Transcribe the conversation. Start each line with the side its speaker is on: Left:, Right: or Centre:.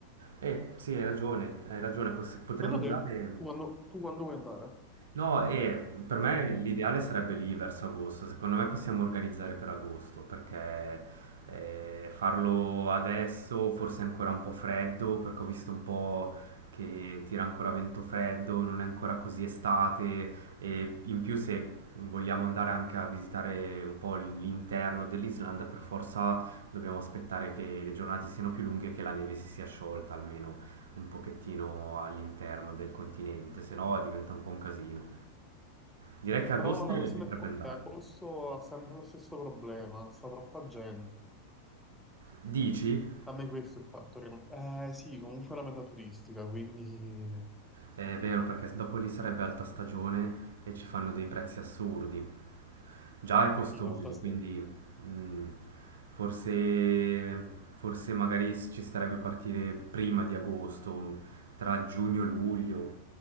Right: Eh, sì, hai ragione, hai ragione, poss- potremmo
Centre: Secondo
Right: andare...
Centre: te, tu quando, tu quando vuoi andare?
Right: No, e per me l'ideale sarebbe lì verso agosto. Secondo me possiamo organizzare per agosto perché eh, farlo adesso forse è ancora un po' freddo perché ho visto un po' che tira ancora vento freddo, non è ancora così estate e in più se vogliamo andare anche a visitare un po' l'interno dell'Islanda per forza dobbiamo aspettare che le giornate siano più lunghe e che la neve si sia sciolta almeno un pochettino all'interno del continente, se no diventa un po' un casino. Direi che agosto
Centre: Però la
Right: Sì.
Centre: questione
Right: le potrebbe
Centre: è
Right: andare.
Centre: che agosto ha sempre lo stesso problema, sta troppa gente.
Right: Dici?
Centre: A me questo è il fatto che non... Eh sì, comunque è una meta turistica, quindi
Right: È vero, perché dopo lì sarebbe alta stagione e ci fanno dei prezzi assurdi. Già è costoso,
Centre: sì, alta stagione.
Right: quindi mm, forse, forse magari ci starebbe partire prima di agosto, tra giugno e luglio.